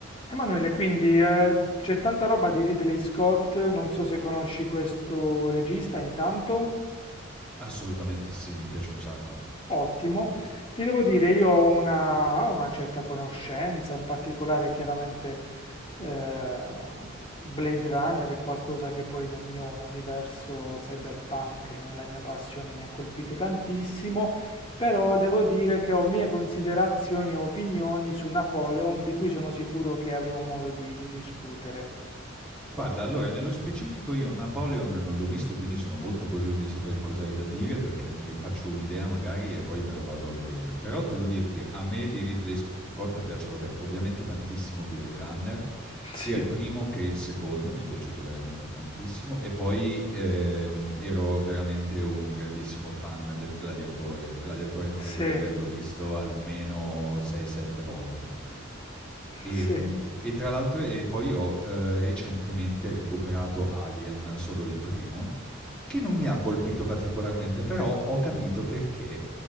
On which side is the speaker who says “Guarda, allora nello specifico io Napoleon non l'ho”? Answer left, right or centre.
Centre